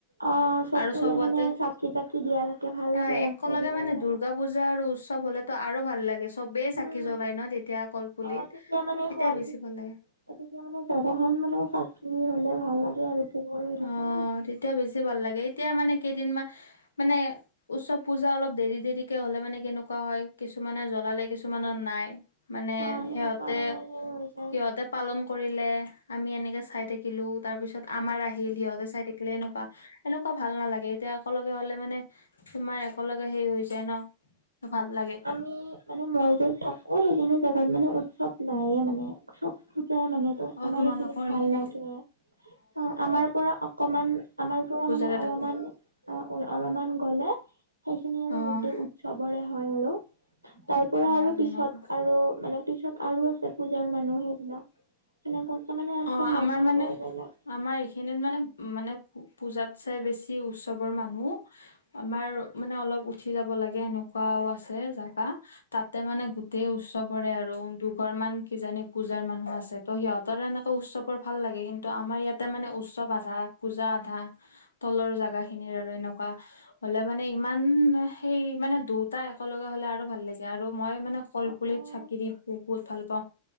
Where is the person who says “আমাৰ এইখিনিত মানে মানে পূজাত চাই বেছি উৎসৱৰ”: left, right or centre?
Left